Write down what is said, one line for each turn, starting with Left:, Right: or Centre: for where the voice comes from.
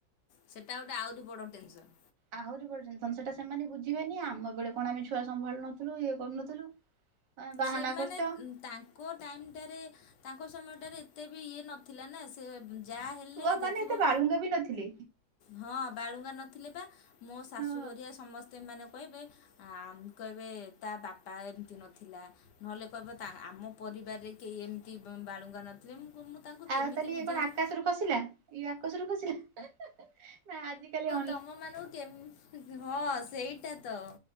Left: ସେଟା ଗୋଟେ ଆହୁରି ବଡ଼ ଟେନସନ୍
Right: ଆହୁରି ପର୍ଯ୍ୟନ୍ତ ସେଟା ସେମାନେ ବୁଝିବେନି, ଆମ ବେଳେ କଣ ଆମେ ଛୁଆ ସମ୍ଭାଳୁ ନଥିଲୁ ଇଏ କରୁନଥିଲୁ- ତମେ ବାହାନା
Left: ସେମାନେ
Right: କରୁଛ
Left: ତାଙ୍କ ଟାଇମଟାରେ ତାଙ୍କ ସମୟଟାରେ ଏତେ ବି ଇଏ ନଥିଲା ନା ସେ ଯାହା ହେଲେ
Right: ଛୁଆ ମାନେ
Left: ଦେଖିବ
Right: ଏତେ ବାଳୁଙ୍ଗା ବି ନଥିଲେ
Left: ହଁ ବାଳୁଙ୍ଗା ନଥିଲେ ପା ମୋ ଶାଶୁଘଆ
Right: ହଁ।
Left: ସମସ୍ତେ ମାନେ କହିବେ କହିବେ ତା ବାପା ଏମିତି ନ ଥିଲା ନହେଲେ କହିବ ଆମ ପରିବାରରେ କେହି ଏମିତି ବାଳୁଙ୍ଗା ନଥିଲେ ମୁଁ ମୁଁ ତାଙ୍କୁ
Right: ଆଉ
Left: କେମିତି
Right: ତାହଲେ
Left: ବୁଝେଇବି
Right: ଇଏ କଣ ଆକାଶରୁ ଖସିଲା ଇଏ ଆକାଶରୁ ଖସିଲା ନା ଆଜି କାଲି
Left: ତମ ମାନଙ୍କୁ କେ ହଁ ସେଇଟା ତ